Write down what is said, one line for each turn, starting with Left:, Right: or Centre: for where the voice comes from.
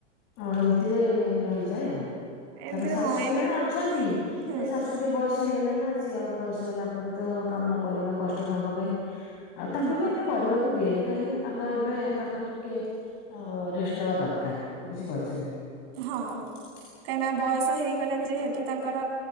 Left: ଏମିତିରେ ରହିଯାଏ ଆଉ।
Right: ଏମିତିରେ
Left: ତାପରେ ଶାଶୁ
Right: ହଁ
Left: ବି
Right: ଏମିତି
Left: ଜଣେ ଅଛନ୍ତି
Right: ହୁଁ
Left: ଏ ଶାଶୁ ଟିକେ ବୟସ ହେଇଗଲେଣି ନା ସିଏ ଆଉ ବୟସ ହେଲା ପରେ ତ କାମ କରିବା କଷ୍ଟ ତାଙ୍କ ପାଇଁ ଆଉ ତାଙ୍କୁ
Right: ହୁଁ
Left: ବି ଏତେ କରିବାକୁ ଦିଏନି କାହିଁକି ନା ତାଙ୍କର ଏବେ ତାଙ୍କର ଟିକେ ଆ ରେଷ୍ଟ ନବା ଦରକାର ବୁଛି ପାରୁଚନ୍ତି।
Right: ହଁ। କାହିଁକିନା ବୟସ ହେଇଗଲାଣି ଯେହେତୁ ତାଙ୍କର